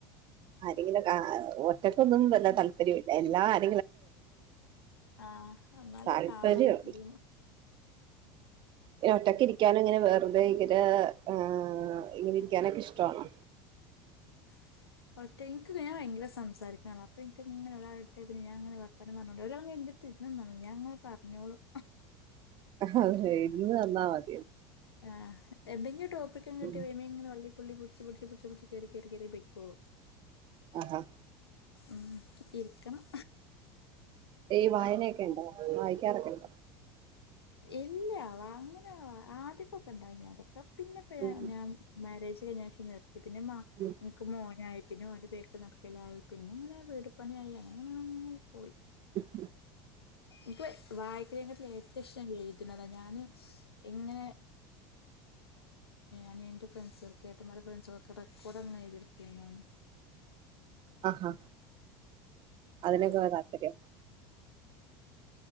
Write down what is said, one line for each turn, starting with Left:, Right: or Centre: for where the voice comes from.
Right: ആരെങ്കിലും ഒറ്റക്കൊന്നും വല്ല താല്പര്യംില്ല എല്ലാരും
Left: ആഹ എന്നാലേ
Right: താല്പര്യമുണ്ട്
Left: കാണള്ളുഫിലീമ്
Right: ഇ ഒറ്റക്കെ ഇരിക്കാനു ഇങ്ങനെ വെറുതെ ഇങ്ങനെ ആഹ് ഇങ്ങനെ ഇരിക്കാനൊക്കെ ഇഷ്ടണോ
Left: <inaudible> ഒറ്റ എന്ക്ക് ഞാൻ ഭയര സംസാരിക്കണ ആളാണ് അപ്പ എന്ക്കിങ്ങനെ ഒരാളട്ടെ ഇട്ടിയാ പിന്നെ ഞാനിങ്ങനെ വർത്താനം പറഞ്ഞോണ്ട് ഒരാളിങ്ങനെ <unintelligible> <unintelligible> ഞാങ്ങനെ പറഞ്ഞോളും
Right: അഹ് ഇരുന്ന് തന്നാ മതി
Left: ആഹ് എന്തെങ്കിലും ടോപ്പിക്ക കിട്ട
Right: ഉം
Left: വനെ <unintelligible> പുള്ളി പിടിച്ച് പിടിച്ച് പിടച്ച് കേറി കേറി കേറി പൊക്കോളു
Right: ആഹ് ആഹ്
Left: ഉം ഇരിക്കണം
Right: ഈ വായനയൊക്കെ ഉണ്ടോ വായിക്കാറൊക്കെ ഉണ്ഡോ?
Left: ഇല്ല ആ അങ്ങനെയ ആദ്യപ്പൊക്കെ ഇണ്ട അതൊക്കെ പിന്നെപ്പയ
Right: ഉം
Left: ഞാൻ മാരേജ് കയിഞ്ഞപ്പോ നിർത്തി പിന്നെ മ
Right: ഉം
Left: ക്ക് മോനായി പിന്നെ ഓന്റെ പേർക്ക് നടക്കലായി പിന്നെ ഇങ്ങനെ വീട് പണിയായി അങ്ങന അങ്ങന പോയി.
Right: ഉ <inaudible>
Left: ഇപ്പ വായക്കുന്നെകാട്ടി ഏറ്റവും ഇഷ്ടം എഴുതുന്നതാണ് ഞാന് ഇങ്ങനെ അനിയന്റെ ഫ്രണ്ട്സൊക്കെ ഏട്ടന്മാടെ ഫ്രണ്ട്സൊക്കെ റെക്കോർഡ്ങ്ങനെ എയ്തെടുക്കെന്നു
Right: ആഹാ അതിനൊക്കെ താത്പര്യം